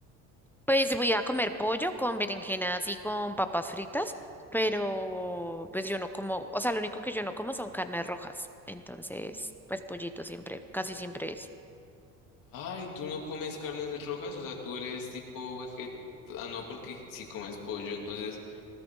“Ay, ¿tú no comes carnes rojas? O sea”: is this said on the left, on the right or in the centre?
Left